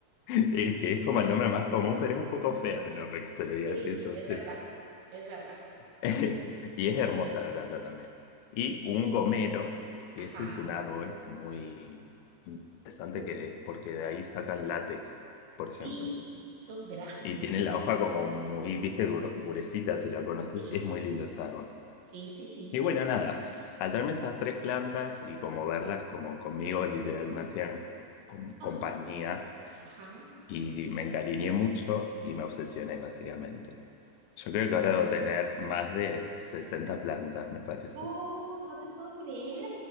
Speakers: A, on the left (about 85°); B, on the right (about 80°).
A: Y que es como el nombre más común, pero es un poco feo el nombre que se le diga
B: Sí,
A: así, entonces.
B: es verdad, es verdad.
A: <laughs> Y es hermosa la planta también. Y un gomero, que
B: Ajá.
A: ese es un árbol muy interesante
B: Uh,
A: que es porque de ahí sacan látex, por ejemplo.
B: sí, son grandes.
A: Y tiene la hoja como muy, viste, dur- gruesita, si la conoces,
B: Sí,
A: es muy lindo ese árbol.
B: sí, sí, sí.
A: Y bueno, nada, al traerme esas tres plantas y como verlas como conmigo, literal, me hacían com-
B: Ah,
A: compañía
B: Ajá.
A: y me encariñé mucho y me obsesioné básicamente. Yo creo que ahora debo tener más de 60 plantas, me parece.
B: Oh, no te puedo creer.